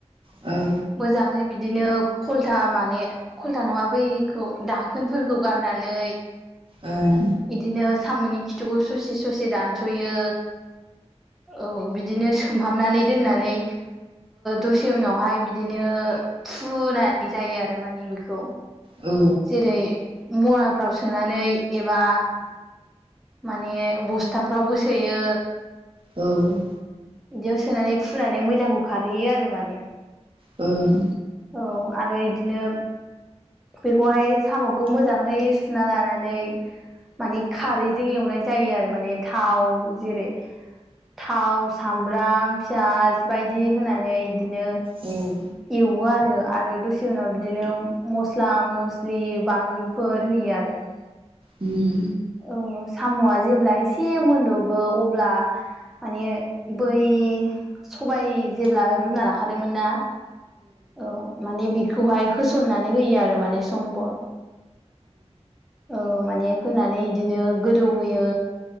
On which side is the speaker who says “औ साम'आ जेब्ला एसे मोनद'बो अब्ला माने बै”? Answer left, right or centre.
Centre